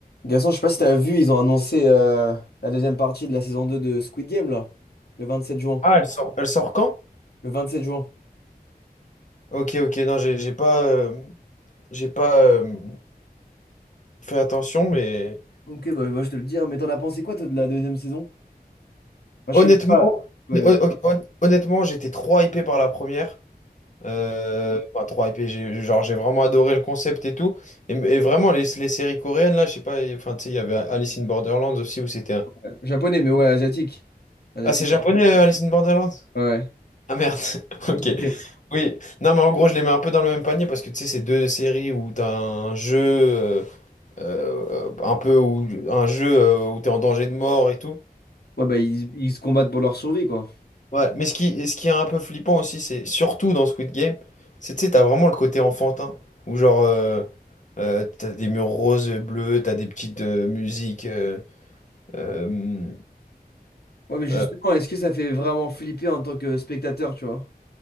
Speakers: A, on the left (about 80°); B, on the left (about 50°).
A: Gaston, je sais pas si t'as vu, ils ont annoncé euh, la deuxième partie de la saison 2 de Squid Game, là. Le 27 juin.
B: Ah, elle sort, elle sort quand?
A: Le 27 juin.
B: Ok, ok, non, j'ai j'ai pas, euh, j'ai pas euh, fait attention, mais
A: Ok, bah, bah, je te le dis, hein, mais t'en as pensé quoi, toi, de la deuxième saison? Moi,
B: honnêtement,
A: je sais même pas. Ouais,
B: hon- hon- hon- honnêtement, j'étais trop hypé par la première. Euh, enfin, trop hypé, j'ai, genre, j'ai vraiment adoré le concept et tout. Et, et vraiment, les, les séries coréennes, là, je sais pas, et- enfin, tu sais, il y avait Alice in Borderlands aussi où c'était un.
A: euh, japonais, mais ouais, asiatique. Asiatique.
B: Ah, c'est japonais, euh, Alice in Borderlands?
A: Ouais.
B: Ah merde, <laughs> ok.
A: Ouais,
B: Oui, non, mais en gros, je les mets un peu dans le même panier parce que tu sais, c'est deux séries où t'as un jeu. euh, euh, un peu où, un jeu euh, où t'es en danger de mort et tout.
A: Ouais, bah, ils, ils se combattent pour leur survie, quoi.
B: Ouais. Mais ce qui, ce qui est un peu flippant aussi, c'est surtout dans Squid Game, c'est, tu sais, t'as vraiment le côté enfantin, où genre, euh, euh, t'as des murs roses et bleus, t'as des petites euh, musiques. euh, euh,
A: Ouais, mais justement,
B: euh,
A: est-ce que ça fait vraiment flipper en tant que spectateur, tu vois?